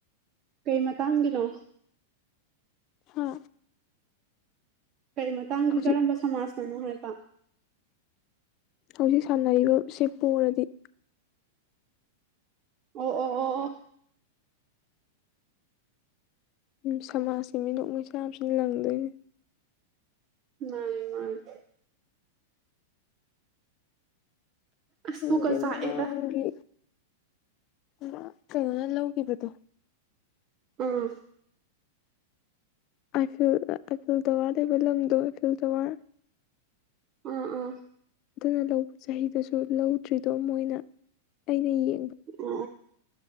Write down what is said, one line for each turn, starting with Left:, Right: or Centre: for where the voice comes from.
Right: ꯀꯩꯃꯠ ꯇꯥꯡꯒꯤꯅꯣ
Left: ꯍꯥ
Right: ꯀꯩ ꯃꯇꯥꯡꯒꯤ
Left: ꯍꯧꯖꯤꯛ
Right: ꯀꯔꯝꯕ ꯁꯃꯥꯖꯅꯅꯣ ꯍꯥꯏꯕ
Left: ꯍꯧꯖꯤꯛ ꯁꯥꯟꯅꯔꯤꯕꯁꯤ ꯄꯣꯔꯗꯤ
Right: ꯑꯣ ꯑꯣ ꯑꯣ ꯑꯣ
Left: ꯎꯝ ꯁꯃꯥꯖꯀꯤ ꯃꯤꯅꯣꯛ ꯃꯩꯁꯥꯁꯨ ꯅꯪꯗꯣꯏꯅꯤ
Right: <unintelligible> ꯑꯁ
Left: ꯈꯪꯗꯦ
Right: ꯄꯨꯛꯀ ꯆꯥꯛꯑꯦꯗ
Left: ꯃꯃꯥꯡꯒꯤ ꯃ ꯀꯩꯅꯣꯅ ꯂꯧꯒꯤꯕꯗꯣ
Right: ꯑꯥ
Left: ꯑꯥꯏꯐꯤꯜ ꯑꯥ ꯑꯥꯏꯐꯤꯜ ꯇꯥꯋ꯭ꯔ ꯂꯩꯕ ꯂꯝꯗꯣ ꯏꯐꯤꯜ ꯇꯥꯋ꯭ꯔ
Right: ꯑꯥ ꯑꯥ
Left: ꯑꯗꯨꯅ ꯂꯧꯕ ꯆꯍꯤꯗꯁꯨ ꯂꯧꯗ꯭ꯔꯤꯗꯣ ꯃꯣꯏꯅ ꯑꯩꯅ ꯌꯦ
Right: ꯎ